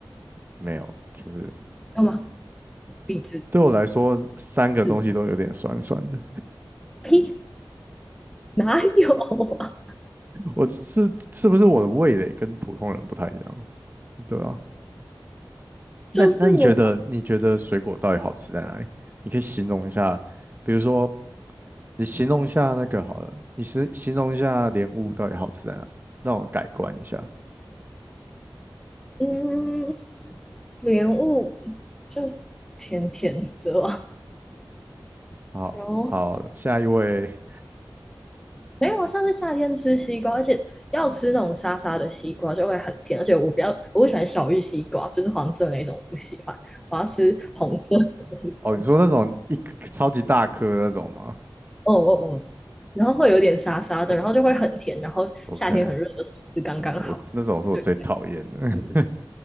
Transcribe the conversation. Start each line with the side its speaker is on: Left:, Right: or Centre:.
Right: 没有，就是
Centre: 要吗？李子
Right: 对我来说，三个东西都有点酸酸的。
Centre: 是的，<laughs> 呸，哪有啊
Right: 我是是不是我的味蕾跟普通人不太一样？对啊，
Centre: <laughs>
Right: 那那你觉得你觉得水果到底好吃在哪里？
Centre: 就是我把
Right: 你可以形容一下，比如说你形容一下那个好了，你形形容一下莲雾到底好吃在哪里，让我改观一下。
Centre: 嗯，莲雾就甜甜的啊
Right: 好，
Centre: 然后
Right: 好，下一位。
Centre: 没有啊，上次夏天吃西瓜，而且要吃那种沙沙的西瓜就会很甜，而且我比较我不喜欢小玉西瓜，就是黄色那种我不喜欢，我要吃红色的那种。
Right: 哦，你说那种一颗超级大颗那种吗
Centre: 哦哦哦，然后会有点沙沙的，然后就会很甜，然后夏天很热的时候吃刚刚好。
Right: ？OK，我那种是我最讨厌的。
Centre: 对，
Right: <laughs>